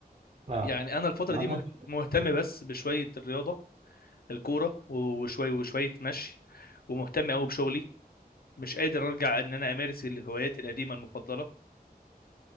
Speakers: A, on the right; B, on the left.
A: آه
B: يعني انا الفتره
A: ما
B: دي
A: انا
B: مه-
A: اقول لك
B: مهتم بس بشويه الرياضه الكوره وشويه وشويه مشي ومهتم قوي بشغلي مش قادر ارجع ان انا امارس الهوايات القديمه المفضله